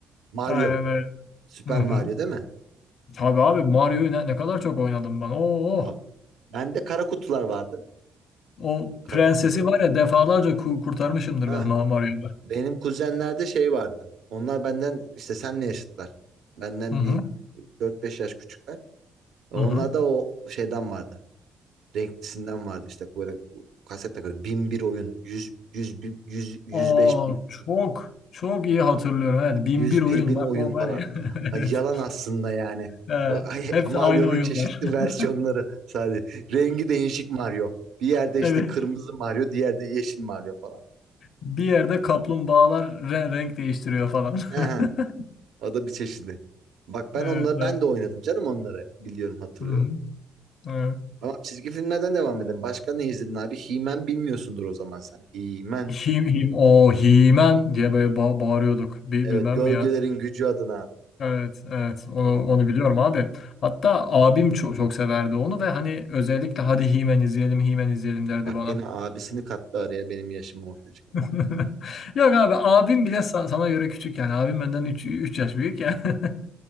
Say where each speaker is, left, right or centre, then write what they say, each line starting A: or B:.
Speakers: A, on the right (about 75°); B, on the left (about 65°).
A: Mario.
B: Aynen öyle.
A: Süper
B: Hı hı.
A: Mario değil mi?
B: Tabii abi Mario'yu ne, ne kadar çok oynadım ben. Oo, oh.
A: Bak, bende kara kutular vardı.
B: O
A: Kara
B: prensesi
A: kutu böyle.
B: var ya defalarca ku- kurtarmışımdır
A: Ha,
B: ben Ma- Mario'da.
A: benim kuzenlerde şey vardı. Onlar benden işte senle yaşıtlar. Benden
B: Hı hı.
A: bir dört beş yaş küçükler. E,
B: Hı
A: Onlarda
B: hı.
A: o şeyden vardı. Renklisinden vardı işte böyle kaset takıyordu. bin bir oyun, 100, 100 105
B: Aa,
A: bin,
B: çok çok iyi hatırlıyorum. Evet, 1001
A: 101
B: oyun
A: bin
B: bak
A: oyun
B: o
A: falan.
B: var ya. <laughs>
A: Ay,
B: Evet.
A: Yalan aslında yani.
B: He,
A: Ay,
B: hepsi
A: Mario'nun
B: aynı oyunlar.
A: çeşitli
B: <laughs>
A: versiyonları sadece. Rengi değişik Mario. Bir yerde işte
B: Evet.
A: kırmızı Mario, diğerde yeşil Mario falan.
B: Bir yerde kaplumbağalar re- renk değiştiriyor falan.
A: Aha,
B: <laughs>
A: o da bir çeşidi. Bak ben
B: Evet.
A: onları
B: evet.
A: ben de oynadım canım onları biliyorum hatırlıyorum.
B: Hı hı. Evet.
A: Ama çizgi filmlerden devam edelim. Başka ne izledin abi? He-Man bilmiyorsundur o zaman sen. He-Man.
B: Him him o himen diye böyle ba- bağırıyorduk. Bi-
A: Evet,
B: bilmem
A: gölgelerin
B: mi ya.
A: gücü adına.
B: Evet, evet. Onu,
A: Hı?
B: onu biliyorum abi. Hatta abim çok, çok severdi onu ve hani özellikle hadi Himen izleyelim, Himen izleyelim derdi
A: Bak
B: bana.
A: gene abisini kattı araya benim yaşımı ortaya çıkardı.
B: <laughs> Yok abi abim bile sa- sana göre küçük yani. Abim benden üç üç yaş büyük yani. <laughs>